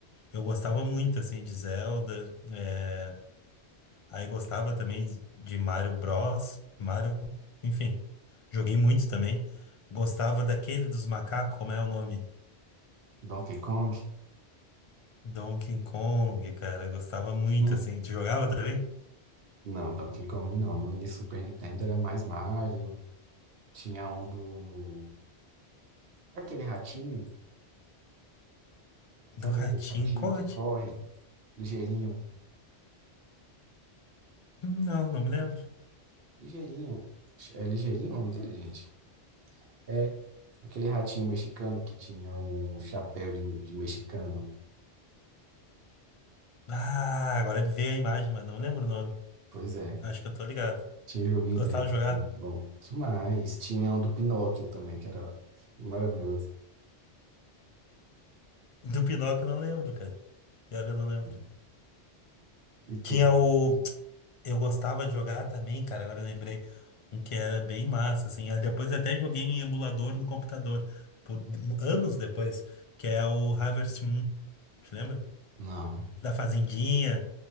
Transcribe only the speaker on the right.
Donkey Kong?
<laughs>
Não, Donkey Kong não. No Ni- Super Nintendo era mais Mario. Tinha um do. Daquele ratinho, sabe
aquele ratinho
que
corre? Ligeirinho.
Ligeirinho. É ligeirinho o nome dele, gente? É aquele ratinho mexicano que tinha um chapéu de, de mexicano.
Pois é.
Tinha um joguinho
dele que
era muito bom. Demais. Tinha um do Pinóquio também, que era maravilhoso.
né? E
tu?
Não,